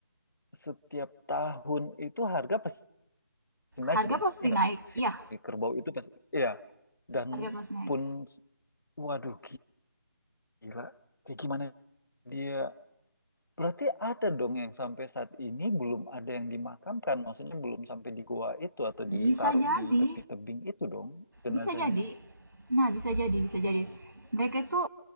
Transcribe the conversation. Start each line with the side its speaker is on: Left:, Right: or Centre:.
Left: setiap tahun itu harga pasti naik
Right: harga
Left: dong.
Right: pasti
Left: Ya nggak?
Right: naik
Left: Si
Right: iya
Left: si kerbau itu pasti. ya Dan
Right: harga pasti naik
Left: pun, waduh gila. Kayak gimana dia. Berarti ada dong yang sampai saat ini belum ada yang dimakamkan. Maksudnya belum sampai di goa itu atau
Right: bisa
Left: ditaruh
Right: jadi
Left: di tepi tebing itu dong jenazahnya.
Right: Bisa jadi. Nah, bisa jadi, bisa jadi. Mereka itu